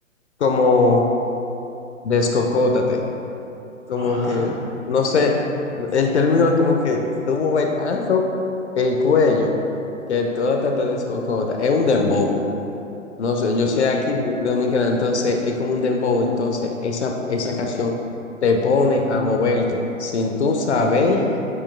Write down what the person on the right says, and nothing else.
Ajá.
Sí,
sí.